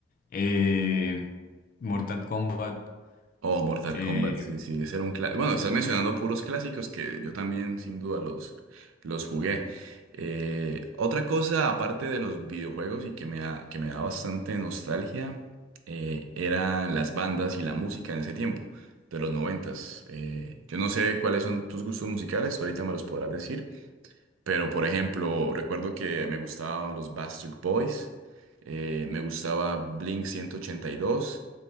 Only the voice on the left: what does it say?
Eh, Mortal Kombat.
eh,